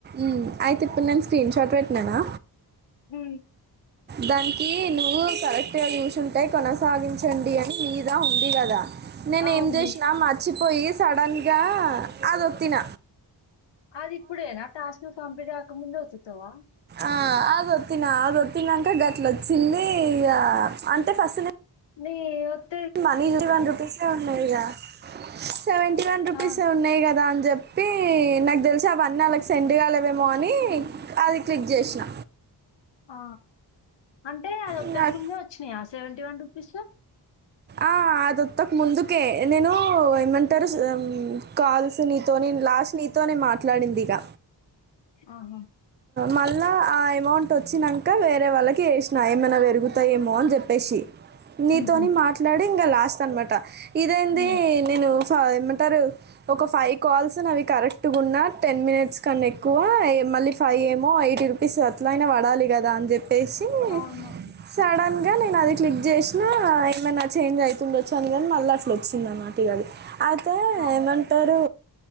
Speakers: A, on the right (about 25°); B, on the left (about 75°).
A: ఉమ్ అయితే ఇప్పుడు నేను స్క్రీన్ షాట్ పెట్టినానా
B: ఉ
A: దానికి నువ్వు కరెక్ట్ గా చూసుంటే కొనసాగించండి అని మీద ఉంది కదా నేను
B: ఆ
A: ఏం
B: ఉంది
A: జేసినా మర్చిపోయి సడన్ గా అదిొత్తిన
B: అది ఇప్పుడేనా టాస్క్ కంప్లీట్ గాకముందే ఒత్తుతావా
A: ఆ అదొత్తిన అదిొత్తినంక గట్ల వచ్చింది ఇగా అంటే ఫస్ట్ నె
B: నీ ఒత్
A: మనీ గడ వన్ రుపీస్ఏ ఉన్నాదిగా సెవెంటీ వన్ రూపీస్
B: ఆ
A: ఏ ఉన్నాయి కదా అం జెప్పి నాకు దెలిసి అవన్నీ వాళ్ళకి సెండ్ కాలేదేమో అని అది క్లిక్ జెసిన
B: ఆ అంటే అది ఒత్తకు
A: ఇంకా
B: ముందే వచ్చినాయా సెవెంటీ వన్ రుపీసు
A: ఆ అది వొత్తక ముందుకే నేను ఏమంటారు కాల్స్ నీతోనె నేన్ లాస్ట్ నీతోనే మాట్లాడింది ఇగ
B: ఆహా
A: మళ్ళా ఆ అమౌంట్ వచ్చినంక వేరే వాళ్ళకి వేసినా ఏమైనా పెరుగుతాయేమో అని జొప్పేసి నీతోని
B: ఉహు
A: మాట్లాడి ఇంగ లాస్ట్ అనమాట ఇదేంది
B: ఉమ్
A: నేను ఫ ఏమంటారు ఒక ఫైవ్ కాల్స్ నావి కరెక్ట్ గున్న టెన్ మినిట్స్ కాన్నా ఎక్కువ మళ్ళీ ఫైవ్ ఏమో ఎయిటీ రూపీస్ అట్లయినా పడాలి గదా అని జెప్ ప్పేసి
B: అవును
A: సడన్ గా నేను అది క్లిక్ జేసినా ఏమైనా చేంజ్ అవుతుండొచ్చు అని కానీ మళ్ళీ అట్లా వచ్చింది అన్నట్టు ఇగ అది అయితే
B: ఆ
A: ఏమంటారు